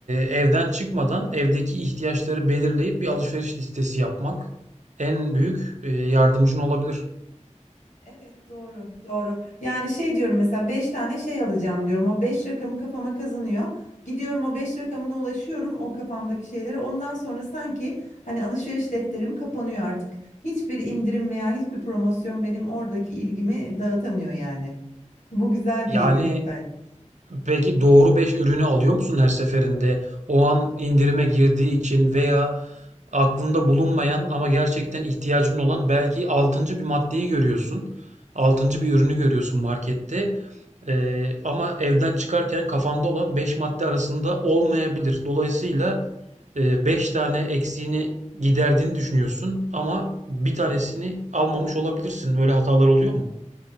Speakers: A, on the right; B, on the left.
A: evden çıkmadan evdeki ihtiyaçları belirleyip bir alışveriş listesi yapmak en büyük eee, yardımcın olabilir.
B: Evet doğru doğru. Yani şey diyorum mesela 5 tane şey alacağım diyorum. O 5 rakamı kafama kazanıyor. Gidiyorum o 5 rakamına ulaşıyorum o kafamdaki şeylere. Ondan sonra sanki hani alışveriş defterim kapanıyor artık. Hiçbir indirim veya hiçbir promosyon benim oradaki ilgimi dağıtamıyor yani. Bu güzel
A: Yani
B: bir yetenek
A: Peki doğru 5 ürünü alıyor musun her seferinde? O an indirime girdiği için veya aklında bulunmayan ama gerçekten ihtiyacın olan belki altıncı bir maddeyi görüyorsun. altıncı bir ürünü görüyorsun markette. Ee, ama evden çıkarken kafanda olan 5 madde arasında olmayabilir. Dolayısıyla 5 tane eksiğini giderdiğini düşünüyorsun ama bir tanesini almamış olabilirsin. Öyle hatalar oluyor mu?